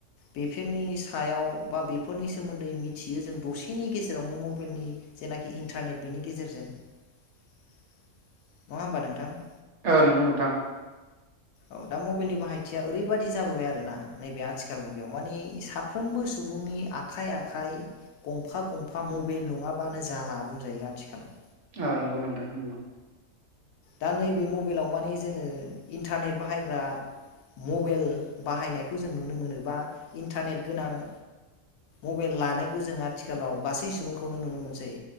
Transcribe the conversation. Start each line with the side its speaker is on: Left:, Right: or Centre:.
Left: बेफोरनि सायाव बा बेफोरनि सोमोन्दै मिथियो जों दसेनि गेजेरावनो मबेलनि जेनाखि इन्टारनेट बेनि गेजेरजों नङा होमबा नोंथां?
Right: औ नंगौ नोंथां
Left: औ दा मबाइलनि बाहायथिया ओरैबाददि जाबोबाय आरो ना नैबे आथिखाल मुगायाव माने साफ्रोमबो सु बुंनि आखाइ आखाइ गंफा गंफा मबाइल नङाबानो जाला बुंजायो आथिखालाव।
Right: औ नंगौ नंथां नंगौ।
Left: दा नैबे मबाइलाव माने जोङो इन्टारनेट बाहायग्रा मबाइल बाहायनायखौ जों नुनो मोनो बा इन्टारनेट गोनां मबाइल लानायखौ जों आथिखालाव गासै सुबुंखौनो नुनो मोनसै।